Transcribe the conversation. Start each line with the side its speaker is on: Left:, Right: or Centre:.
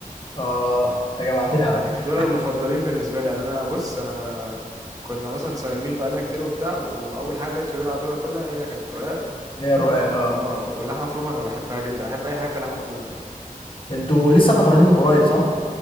Left: اه انت جوعتني على فكره
Right: دول المفضلين بالنسبة لي يعني أنا بص أنا كنا مثلا صايمين بقالنا كتير وبتاع وأول حاجة جت في بالي على طول أكلها هي كانت الرقاق
Left: هي رقاق اه
Right: اه واللحمة المفرومة أنا بحبها جدا بحب أي حاجة فيها لحمة مفرومة
Left: انتوا لسه فطرانين من قريب صح؟